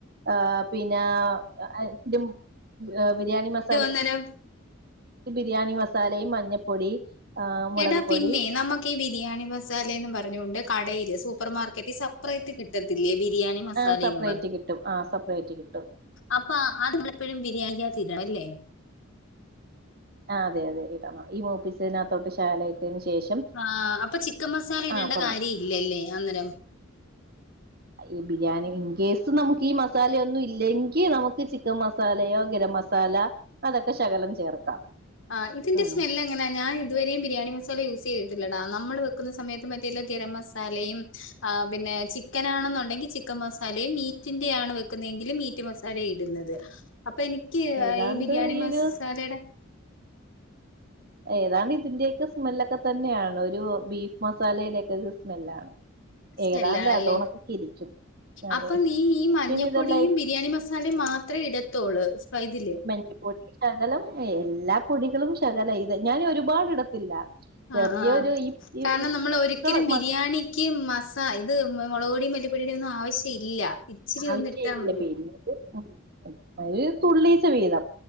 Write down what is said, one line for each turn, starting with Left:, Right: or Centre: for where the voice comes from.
Right: ആഹ് പിന്നെ <unintelligible> ആഹ് ബിരിയാണി മസാലേം
Left: ന്നേരം
Right: ബിരിയാണി മസാലയും, മഞ്ഞപ്പൊടി, ആഹ് മുളക്
Left: എടാ
Right: പൊടി
Left: പിന്നെ നമുക്ക് ഈ ബിരിയാണി മസാലേന്ന് പറഞ്ഞോണ്ട് കടയില് സൂപ്പർ മാർക്കറ്റി സെപ്പറേറ്റ് കിട്ട് കിട്ടത്തില്ലേ ബിരിയാണി മസാലേന്നും
Right: ആ സെപ്പറേറ്റ്
Left: പറ
Right: കിട്ടും ആഹ് സെപ്പറേറ്റ് കിട്ടും.
Left: അപ്പൊ അത് എപ്പളും ബിരിയാണിക്കാത്ത് ഇടണം അല്ലേ?
Right: ആഹ് അതെ അതെ ഇടണം ഈ മൂപ്പിച്ചതിനാത്തോട്ട് ശകലം ഇട്ടേന് ശേഷം
Left: ആഹ് അപ്പൊ ചിക്കൻ മസാല ഇടണ്ട
Right: ആഹ് പറഞ്ഞു
Left: കാര്യം ഇല്ലല്ലേ അന്നേരം?
Right: ഈ ബിരിയാണി ഇൻ കേസ് നമ്മക്ക് ഈ മസാലയൊന്നും ഇല്ലെങ്കി നമ്മുക്ക് ചിക്കൻ മസാലയോ ഖരം മസാല അതൊക്കെ ശകലം ചേർക്കാം.
Left: ആഹ് ഇതിന്റെ
Right: ഉം
Left: സ്മെല്ല് എങ്ങനാ ഞാൻ ഇതുവരെയു ബിരിയാ <unintelligible> യൂസ് ചെയ്യത്തില്ലെടാ നമ്മള് വെക്കുന്ന സമയത്ത് മറ്റേ ഇല്ല ഗരം മസാലയും ആഹ് പിന്നെ ചിക്കൻ ആണെന്നൊണ്ടെങ്കി ചിക്കൻ മസാലയും മീറ്റിന്റെ ആണ് വെക്കുന്നേങ്കില് മീറ്റ് റ്റ് മസാലയും ഇടുന്നത് അപ്പൊ എനിക്ക്
Right: ഏതാണ്ട്
Left: ഈ ബിരിയാണി മസാലേടെ
Right: ഒരു ഏതാണ്ട് ഇതിന്റെയൊക്കെ സ്മെല്ലൊക്കെ തന്നെയാണ് ഒരു ബീഫ് മസാലയുടെ ഒക്കെ ഒരു സ്മെല്ലാണ്.
Left: സ്മെല്ലാണല്ലേ
Right: ഏതാണ്ട് അതോണക്കൊക്കെ ഇരിക്കും അതെ
Left: അപ്പൊ നീ ഈ മഞ്ഞപ്പൊടിയും,
Right: പിന്നെ ഇതെല്ലാം ഈ
Left: ബിരിയാണി മസാ സാലയും മാത്രേ ഇടത്തൊള്ള് സ്പൈ ഇതില്
Right: മല്ലി പൊടി ശകലം എല്ലാ പൊടികളും ശകലം ഇത് ഞാൻ ഒരുപാട് ഇടത്തില്ല. ചെറിയൊരു
Left: ആഹ് ആഹ്
Right: ഈ ഈ
Left: കാരണം നമ്മൾ ഒരിക്കലും
Right: മക്കള്
Left: ബിരിയാണി ക്ക് മസാ ഇത് മൊളക് പൊടിം മല്ലിപ്പൊടീടെ ഒന്നും ആവശ്യ ഇല്ല ഇച്ചിരി
Right: ആവശ്യല്ല
Left: ഒന്ന് ഇട്ടാ മതി
Right: പിന്നെ <unintelligible> ഒര് തുള്ളീച്ചെ വീതം